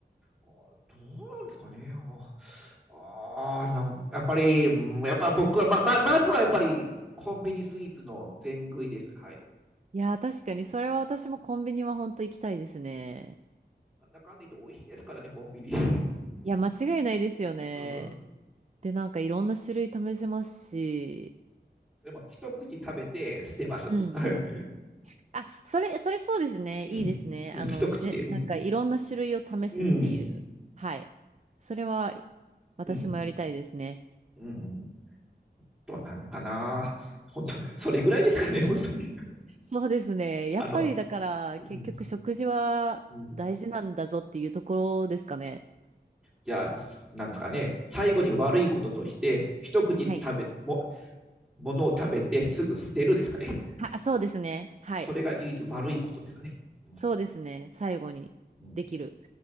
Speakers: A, in the centre; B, on the right.
A: あどうなんですかね。ああなんやっぱり、やっぱ僕はま、ま、まずはやっぱりコンビニスイーツの全食いです。はい。
B: いやー、確かにそれは私もコンビニは本当行きたいですね。
A: なんだかんだ言って美味しいですからね、コンビニ。<laughs>
B: いや、間違いないですよね。
A: うん。
B: で、なんかいろんな種類試せますし、
A: でも、一口食べて捨てます。
B: うん。
A: <laughs> はい
B: あ、それ、それそうですね。
A: うん。
B: いいですね。
A: うん、
B: あの、
A: 一口で。
B: ぜ、
A: うん。
B: なんかいろんな種類を試すっていう。
A: うん。
B: はい。それは私もやりたいですね。
A: うん。うん。となんかな。本当、それぐらいですかね、<laughs> 本当に。
B: そうですね。やっぱりだから結局食事は大事なんだぞっていうところですかね。
A: あの、うんうんじゃあ、なんとかね、最後に悪いこととして、一口食べ、
B: はい。
A: も、ものを食べてすぐ捨てるですかね。
B: は、そうですね。はい。
A: それが唯一悪いことですかね。うん
B: そうですね。最後にできる。
A: うん